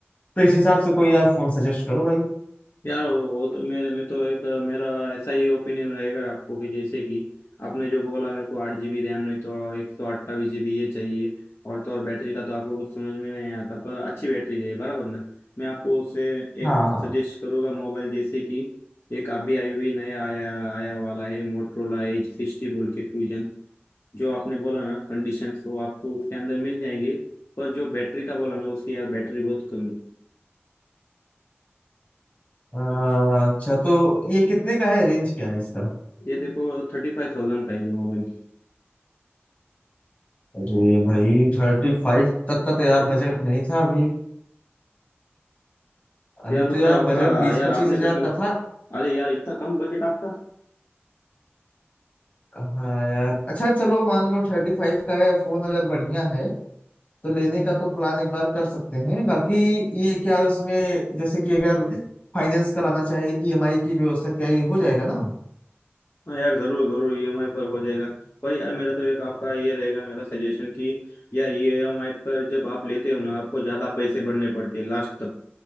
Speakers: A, on the left (about 35°); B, on the left (about 65°).
A: तो इस हिसाब से कोई यार फोन सजेस्ट करो भाई
B: यार वो वो तो मैं मैं तो एक मेरा ऐसा ही ओपिनियन रहेगा आपको कि जैसे कि आपने जो बोला मेरे को आठ जीबी रैम नहीं तो एक सौ अट्ठाईस जीबी ये चाहिए और तो और बैटरी का तो आपको कुछ समझ में नहीं आता पर अच्छी बैटरी चाहिए बराबर ना मैं आपको उससे एक
A: हाँ हाँ
B: सजेस्ट करूँगा मोबाइल जैसे कि एक अभी आई हुई नया आया आया वाला है मोटरोला एच सिक्सटी बोल के फ्यूजन जो आपने बोला ना कंडीशंस वो आपको उसके अंदर मिल जाएंगे पर जो बैटरी का बोला ना उसकी यार बैटरी बहुत कम है
A: अ, अच्छा तो ये कितने का है रेंज क्या है इसका
B: ये देखो थर्टी फाइव थाउजेंड का है ये मोबाइल
A: अरे भाई थर्टी फाइव तक का तो यार बजट नहीं था अभी अभी
B: यार
A: तो
B: मतलब
A: यार
B: आपका
A: बजट बीस
B: यार
A: पच्चीस
B: आपने
A: हजार
B: तो मेरे
A: का था
B: अरे यार इतना कम बजट आपका
A: हाँ यार अच्छा चलो मान लो थर्टी फाइव का है फोन अगर बढ़िया है तो लेने का तो प्लान एक बार कर सकते हैं बाकी ये क्या उसमें जैसे कि अगर फाइनेंस कराना चाहे ईएमआई की व्यवस्था क्या ये हो जाएगा ना
B: हाँ यार जरूर जरूर ईएमआई पर हो जाएगा पर यार मेरा तो एक आपका ये रहेगा मेरा सजेशन कि यार ईएमआई पर जब आप लेते हो ना आपको ज्यादा पैसे भरने पड़ते हैं लास्ट तक